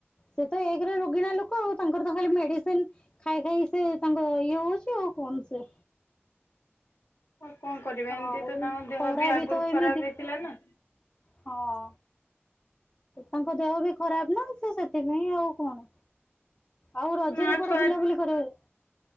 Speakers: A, on the left; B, on the left.
A: ସେ ତ ଏକରେ ରୋଗୀଣା ଲୋକ ଆଉ, ତାଙ୍କର ତ ଖାଲି ମେଡିସିନ ସିନ ଖାଇ ଖାଇ ସେ ତାଙ୍କ ଇଏ ହଉଛି ଆଉ କଣ ସେ
B: ଆଉ କଣ କରିବା
A: ଆଉ
B: ଏମତି ତ ତାଙ୍କ ଦେହ
A: ଖରା
B: ବି ଆଗରୁ
A: ତ
B: ଖରାପ
A: ଏମିତି
B: ହେଇଥିଲା ନା।
A: ହଁ। ତାଙ୍କ ଦେହ ବି ଖରାପ ନା ସେ ସେଥିପାଇଁ ଆଉ କଣ। ଆଉ ରଜରେ
B: ମା
A: କୁଆଡେ
B: ଛୁଆ
A: ବୁଲାବୁଲି କରିବାକୁ ଯାଇ